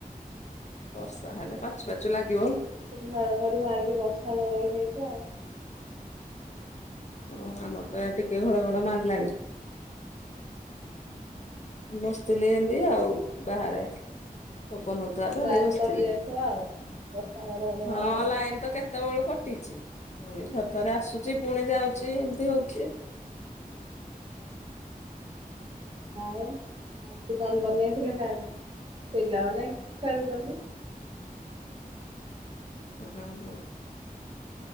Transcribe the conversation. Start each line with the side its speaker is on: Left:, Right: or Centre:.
Left: ବର୍ଷା ହେଲେ ପାଚୁ ପାଚୁ ଲାଗିବ।
Right: ଘଡ଼ଘଡି ମାରିକି ବର୍ଷା ଜୋରରେ ହେଇଛି ଆଉ।
Left: ହଁ ଆମର ତ ଏଆଡେ ଟିକେ
Right: ଆଉ
Left: ଘଡ଼ଘଡ଼ ମାନ୍ଦିଲାଣି। ବସିଥିଲି ଏମିତି ଆଉ ବାହାରେ ପବନ ହଉ
Right: ଲାଇନ କଟି ଯାଇଥିବ ଆଉ ବର୍ଷା ଘଡଘଡି
Left: ହଁ
Right: ମାଇଲେ
Left: ଲାଇନ୍ ତ କେତ୍ କେତେବେଳୁ କଟିଛି ପୁଣି ଥରେ-ଥରେ ଆସୁଛି ପୁଣି ଯାଉଛି ଏମିତି ହଉଛି।
Right: ହୁଁହୁଁ ହୁଁ। ଆଉ ଆଜି କଣ ବନେଇଥିଲେ ନାଇଁ ପିଲାମାନେ ଖେଳୁଛନ୍ତି।
Left: ହୁଁ-ହୁଁ ହୁଁ।